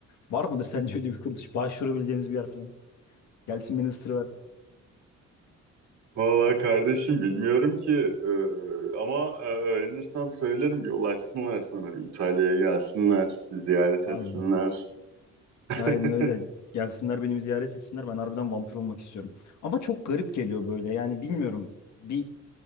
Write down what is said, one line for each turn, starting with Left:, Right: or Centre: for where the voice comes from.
Left: Var mıdır sence öyle bir kuruluş? Başvurabileceğimiz bir yer falan. Gelsin beni ısırıversin.
Right: Vallahi kardeşim bilmiyorum ki Ee, ama e, öğrenirsem söylerim bir ulaşsınlar sana bir İtalya'ya gelsinler bir ziyaret
Left: Harbiden.
Right: etsinler. <laughs>
Left: Aynen öyle. Gelsinler beni bir ziyaret etsinler. Ben harbiden vampir olmak istiyorum. Ama çok garip geliyor böyle. Yani bilmiyorum. Bir